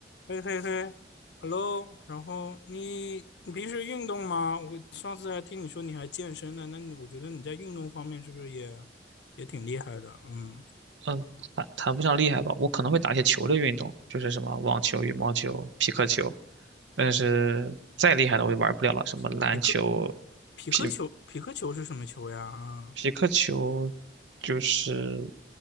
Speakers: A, on the left; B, on the right.
A: 嘿嘿嘿，Hello，然后你你平时运动吗？我上次还听你说你还健身呢，那你我觉得你在运动方面是不是也也挺厉害的？嗯，
B: 嗯，谈谈不上厉害吧，我可能会打一些球类运动，就是什么网球、羽毛球、匹克球，但是再厉害的我也玩不了了，什么篮球、
A: 匹克匹克球匹克球是什么球呀？
B: 匹
A: 啊，
B: 匹克球，就是